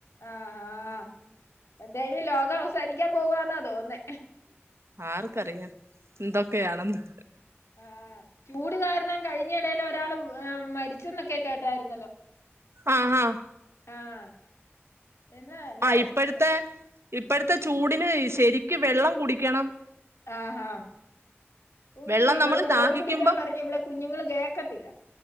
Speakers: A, on the left; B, on the right.
A: ആഹ്ഹാ എന്തായാലും ലോകം അവസാനിക്കാൻ പോവാന്നാ തോന്നുന്നേ
B: ആർക്കറിയാം എന്തൊക്കെ ആണെന്ന്.
A: ആഹ് ചൂട് കാരണം കഴിഞ്ഞ ഇടൽ ഒരാൾ മരിച്ചന്നൊക്കെ കേട്ടായിരുന്നല്ലോ?
B: ആഹ് ആഹ്
A: ആഹ് എന്നാ അല്ലേ
B: ആ ഇപ്പഴ്ത്തെ, ഇപ്പഴ്ത്തെ ചൂടിന് ശരിക്ക് വെള്ളം കുടിക്കണം.
A: ആഹാ അയ്യോ
B: വെള്ളം
A: ഇവിടെ
B: നമ്മള്
A: വെള്ളം
B: ദാഹിക്കുമ്പോ
A: കുടിക്കാൻ പറഞ്ഞാൽ ഇവിടെ കുഞ്ഞുങ്ങൾ കേക്കത്തില്ല.